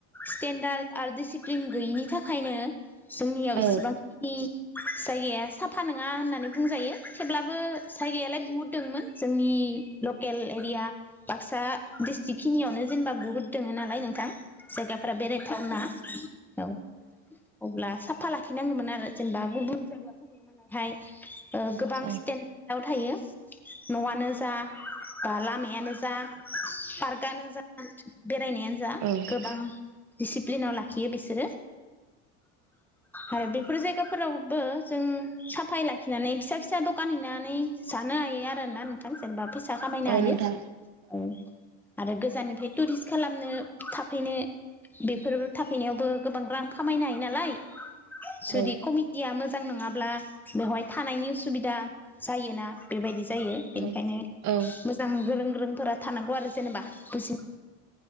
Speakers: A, in the centre; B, on the right (about 50°).
A: स्टेन्डार्ड आरो डिसिप्लिन गैयिनि थाखायनो जोंनियाव
B: औ
A: इसेबांखिनि जायगाया साफा नङा होननानै बुंजायो थेब्लाबो जायगायालाय बुहुत दंमोन जोंनि लकेल एरिया ब बाक्सा डिस्ट्रिक खिनियावनो जेनेबा बहुद दङ नालाय नोंथां जायगाफ्रा बेरायथावना औ अब्ला फुफा लाखिनांगौमोन आरो जेनेबा गुबुन जायगाफोरनि मावहाय गोबां
B: औ
A: स्टेेनडार्दआव थायो न'आनो जा बा लामायानो जा पार्कआानो जा बेरायनायानो जा
B: औ
A: गोबां दिडसिप्लिनाव लाखियो बिसोरो आरो बे बेफोर जायगाफोरावबो जों साफाय लाखिनानै फिसा फिसा दखान हैनानै जानो हायो आरोोना नोंथां जेनेबा फैसा फिसा खामायनो
B: औ
A: हायो
B: नोंथां
A: औ आरो गोजाननिफ्राय टुरिस्ट खालामनो थाफैनो बेफोर थाफैनायावबो गोबां रां खामायनो हायो नालाय जुदि
B: औ
A: कमिटिया मोजां नङाब्ला बेवहाय थानायनि उसुबिदा जायोना बेबायदि जायो बेनिखायनो
B: औ
A: मोजां
B: औ
A: गोरों गोर रोंफोरा थानांगौ आरो जेनेबा बजि